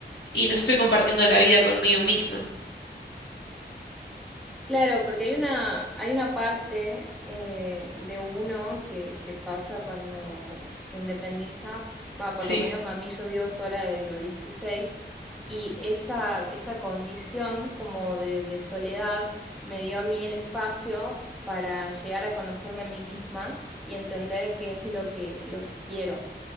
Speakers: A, on the left; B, in the centre.
A: y no estoy compartiendo la vida conmigo misma.
B: Claro, porque hay una, hay una parte eh, de uno que, que pasa cuando se independiza, va,
A: Sí.
B: por lo menos a mí yo vivo sola desde los 16 y esa, esa condición como de, de soledad me dio a mí el espacio para llegar a conocerme a mí misma y entender qué es lo que, lo que quiero.